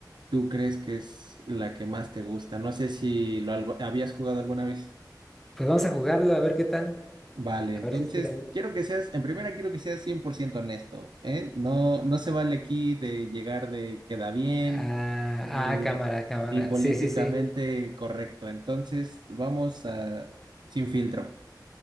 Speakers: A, on the right; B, in the centre.
A: tú crees que es la que más te gusta. No sé si lo algo- habías jugado alguna vez.
B: pues vamos a jugarlo, a ver qué tal.
A: Vale,
B: A
A: entonces
B: ver si es que tal.
A: quiero que seas, en primera quiero que seas 100% honesto, ¿eh? No, no se vale aquí de llegar de queda bien,
B: Ah,
A: ni,
B: ah, cámara, cámara.
A: ni políticamente
B: Sí, sí, sí.
A: correcto. Entonces vamos a, sin filtro.